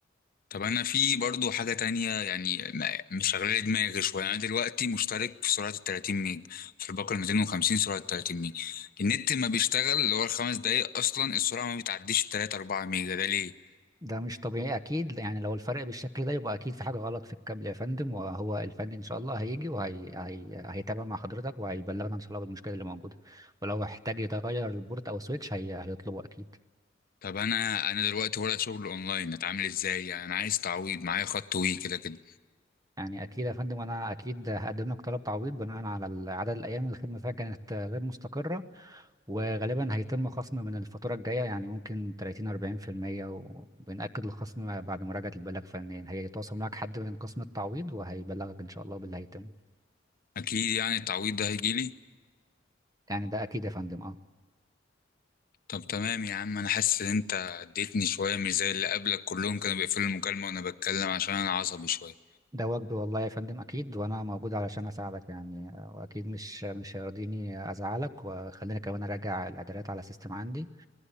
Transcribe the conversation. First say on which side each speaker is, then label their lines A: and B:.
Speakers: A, on the left; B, on the right.
A: طب انا في برضو حاجه تانية يعني ما- مشغله دماغي شويه انا دلوقتي مشترك في سرعه ال 30 ميج في الباقه ال 250 سرعه 30 ميج النت ما بيشتغل اللي هو الخمس دقايق اصلا السرعه ما بتعديش 3 4 ميجا ده ليه
B: ده مش طبيعي اكيد يعني لو الفرق بالشكل ده يبقى اكيد في حاجه غلط في الكابل يا فندم وهو الفني ان شاء الله هيجي وهي هي... هيتابع مع حضرتك وهيبلغنا ان شاء الله بالمشكله اللي موجوده ولو احتاج يتغير البورت او سويتش هي... هيطلبه اكيد
A: طب انا انا دلوقتي ورق شغل اونلاين اتعامل ازاي يعني انا عايز تعويض معايا خط وي كده كده
B: يعني اكيد يا فندم انا اكيد هقدم لك طلب تعويض بناء على ال- عدد الايام اللي الخدمه فيها كانت غير مستقره وغالبا هيتم خصم من الفاتوره الجايه يعني ممكن 30 40% وبنأكد الخصم بعد مراجعه البلاغ فنيا هيتواصل معك حد من قسم التعويض وهيبلغك ان شاء الله باللي هيتم
A: اكيد يعني التعويض ده هيجيلي
B: يعني ده اكيد يا فندم اه
A: طب تمام يا عم انا حاسس ان انت اديتني شويه مش زي اللي قبلك كلهم كانوا بيقفلوا المكالمه وانا بتكلم عشان انا عصبي شويه
B: ده واجبي والله يا فندم اكيد وانا موجود علشان اساعدك يعني آه، واكيد مش مش هيرضيني ازعلك وخلينا كمان اراجع الاعدادات على السيستم عندي